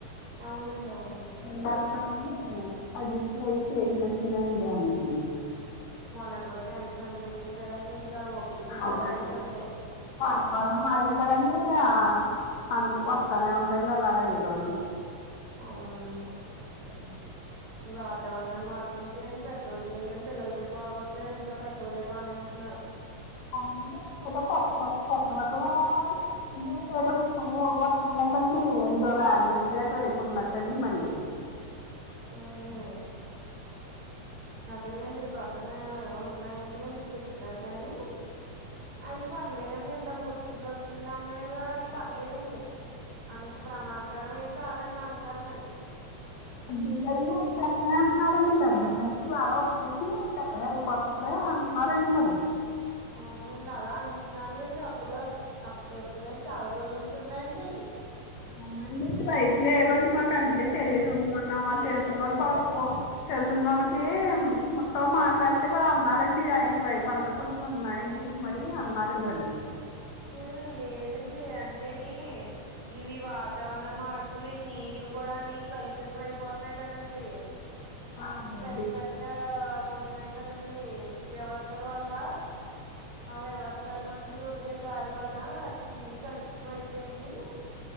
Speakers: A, on the right; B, on the left.
A: అవునండి అవును
B: దాంతోనే అజీర్తి అయి చేసినట్టున్నాయండి ఆయనకి
A: మొన్నటి వరకి ఎండ చంపేసింది కదండి ఇంకా ఓపికలు తగ్గిపోతాయండి
B: అవునండి
A: అప్పుడే
B: వాతావరణం మారింది కదండి ఆ అను వత్తనే ఉంటయండి అలాగ ఏదోటి
A: అవునండి
B: ఆ
A: వాతావరణం మార్పులకేండి పెద్దోళ్ళకేంటండి పిల్లలకే బాగోట్లేదు ఇంక పెద్దోళ్ళే బానే ఉంటున్నారు
B: అవునండి కొత్త కోక కొత్త రకం అ ఏదోవ్వత్తున్దటండి ఎంతో రాజమండ్రి అటు వైపు ఉందట మరి
A: హు హు చదివలేండి పక్క పక్కనే ఏ ఉన్నాయింటలేండి చెప్తున్నారు గానీ అవి పర్లేదండి ఇంతకు మున్ నొచ్చిన్ దాని మీద ఇ పర్లేదండి అంత ప్రమాదకరమే కాదని అంటారు గాని
B: అబ్దుల్లయ్య అస్తునే అంటున్నారు రండి అబ్దుల్లయ్య ఆ రోజు చూసి ఉంట కదాతే పతుంది అంటున్నారు అండి మరి
A: అవునండి అలా అంటున్నారులేండి అప్పుడే అప్ ఎప్పుడైనా చాలా రోజుల నుంచి ఉన్నాయండి
B: అవునండి ఇటు వయపు లేవండి మాకు అందుకే తెలీదు మోన్న మా
A: లే
B: తెలుసన్న వాళ్ళు కా చెదున్నోళ్ళకి తో మాట్లాడితే వాళు అన్నారండి ఇటువైపు అంత కొదిగా ఉన్నాయండి మరి అన్నారండి వాలు
A: ఆ లేదండి అంటేని ఇవి వాతావరణం మార్పులు నీళ్లు కూడాని కలుషితం అయిపోతున్నాయి కదండి
B: అవునండి
A: పెద్ద పెద్ద ఉంటున్నాయి కదండడి వ్యవస్థల వల్ల ఆ వ్యవస్థల నుంచి వదిలే గాలి వల్ల వాటి నీళ్లు కలుషితం అయిపోయింది